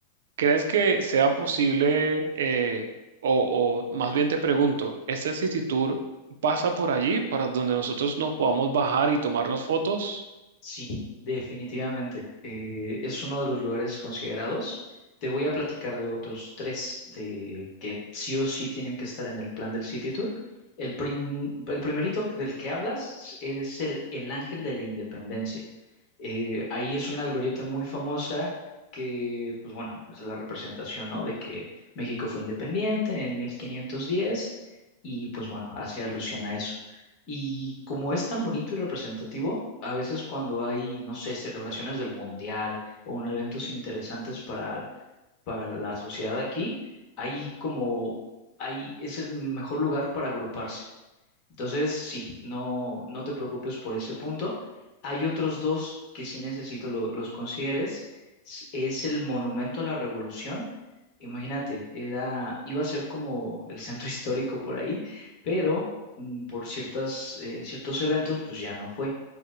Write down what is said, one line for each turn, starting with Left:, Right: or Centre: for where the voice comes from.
Right: ¿Crees que sea posible, eh, o, o más bien te pregunto, ¿este City Tour pasa por allí para donde nosotros nos podamos bajar y tomarnos fotos?
Left: Sí, definitivamente. Eh, es uno de los lugares considerados. Te voy a platicar de otros tres de que sí o sí tienen que estar en el plan del City Tour. El, prim- el primerito del que hablas es el, el Ángel de la Independencia. Eh, ahí es una glorieta muy famosa que, pues bueno, es la representación, ¿no? De que México fue independiente en 1510 y pues bueno, hace alusión a eso. Y como es tan bonito y representativo, a veces cuando hay, no sé, celebraciones del mundial o un eventos interesantes para, para la sociedad aquí, hay como, ahí es el mejor lugar para agruparse. Entonces, sí, no, no te preocupes por ese punto. Hay otros dos que sí necesito lo- los consideres. S- Es el Monumento a la Revolución. Imagínate, era, iba a ser como el centro <laughs> histórico por ahí, pero mm, por ciertas, eh, ciertos eventos, pues ya no fue.